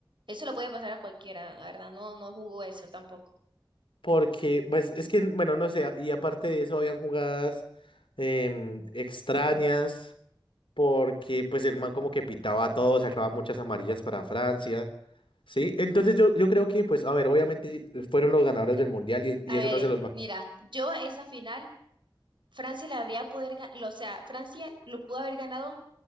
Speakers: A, on the right; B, on the left.
A: Eso le puede pasar a cualquiera, la verdad, no, no jugó eso tampoco.
B: porque, pues, es que, bueno, no sé, y aparte de eso, habían jugadas em, extrañas. porque pues el man como que pitaba a todos, sacaba muchas amarillas para Francia, ¿sí? Entonces yo, yo creo que pues, a ver, obviamente eh, fueron los ganadores
A: Cierto.
B: del mundial y,
A: A
B: y eso
A: ver,
B: no se los va.
A: mira, yo esa final, Francia la habría poder, ga- lo- o sea, Francia lo pudo haber ganado,